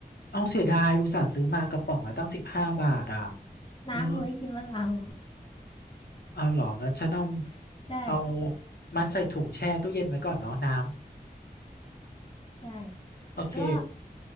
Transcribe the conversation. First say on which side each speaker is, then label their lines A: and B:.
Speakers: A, on the left; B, on the left.
A: เอาเสียดายอุตส่าห์ซื้อมากระป๋องละตั้งสิบห้าบาทอ่ะ เออ
B: น้ำเอาไว้กินวันหลัง
A: เอาเหรองั้นฉันเอา
B: <laughs> ใช่
A: เอามัดใส่ถุงแช่ตู้เย็นไว้ก่อนเนาะน้
B: ใช่
A: ำโอเค
B: ก็